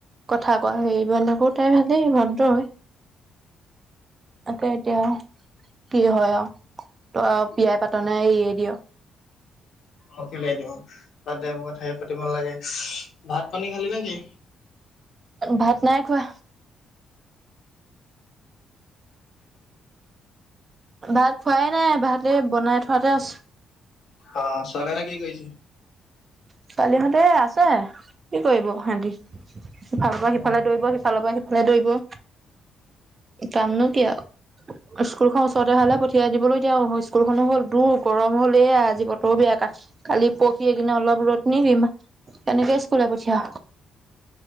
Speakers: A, on the right; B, on the left.
A: কথা কোৱা হেৰিব নকৌ তাই ভালেই ভদ্ৰ হয় তকে এতিয়া কি হয় আৰু ত বিয়াই পাত নাই এৰিয়ে দিয়
B: অক লাই দিব পাতা কথাই পাতিবন লাগে ভাত পানী খালি নেকি?
A: ভাত নাই খোৱা ভাত খোৱাই নাই ভা বনাই থোৱাতে আছে।
B: অ', ছোৱাল ন কি কৈছে
A: ছোৱালী হঁতে আছে কি কৰিব সিহতি সিফালৰ পৰা
B: উম।
A: সিফালে দৌৰিব সিফালৰ পৰা দৌৰা দৰিকৈ পাম নো কিয় স্কুলখনন ওচৰতে হালে পঠিয়াই দিবলৈ এতিয়া স্কুলখনো হ'ল দূৰ গৰম হল এ আজি বতৰো বেয়া ক কালি পঢ়ি কিনে অলপ ৰ'দ নি দিম তেনেকে স্কুলে পঠিয়া